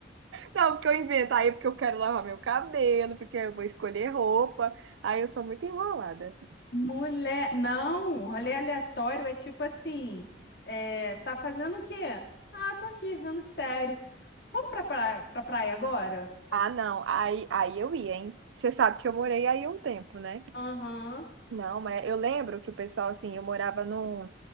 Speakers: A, on the right (about 80°); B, on the left (about 60°).
A: Não, porque eu invento. Aí é porque eu quero lavar meu cabelo, porque eu vou escolher roupa. Aí eu sou muito enrolada.
B: Mulher, não, rolê aleatório é tipo assim, é, tá fazendo o quê? Ah, tô aqui vendo série. Vamos pra, pra, pra praia agora?
A: Ah, não. Aí, aí eu ia, hein? Você sabe que eu morei aí um tempo, né?
B: Aham,
A: Não, mas eu lembro que o pessoal, assim, eu morava num.